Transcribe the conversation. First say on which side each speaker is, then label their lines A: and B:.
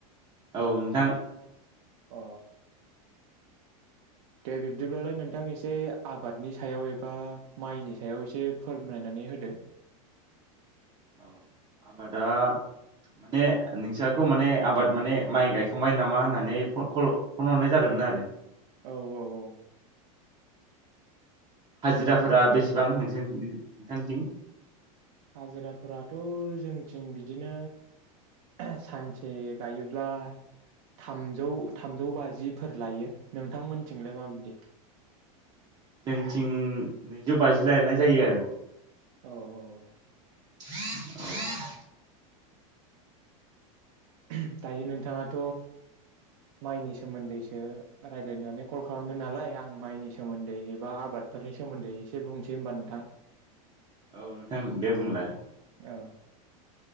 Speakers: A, on the right; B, on the right.
A: औ नोंथां।
B: अ। दे बिब्दिब्लालाय नोंथां एसे आबादनि सायाव एबा माइनि सायाव एसे फोरमायनानै होदो।
A: औ आबादा माने नोंस्राखौ माने आबाद माने माइ गायखांबाय नामा होननानै फ-कल-फन हरनाय जादोंमोन आरो।
B: औ औ औ।
A: हाजिराफोरा बेसेबां नोंजों नो-नोंथांथिं?
B: हाजिराफोराथ' जोंथिं बिदिनो ओहो सानसे गायोब्ला थामजौ थामजौ बाजिफोर लायो नोंथांमोनथिंलाय माबायदि?
A: जोंथिं नैजौ बाजि लायनाय जायो आरो।
B: औ औ।
A: औ।
B: ओहोम दायो नोंथाङाथ' माइनि सोमोन्दैसो रायलायनो होननानैसो कल खालामदों नालाय आं माइनि सोमोन्दै एबा आबादफोरनि सोमोन्दै एसे बुंनोसै होमबा नोंथां।
A: औ नोंथां दे बुंलाय।
B: ओ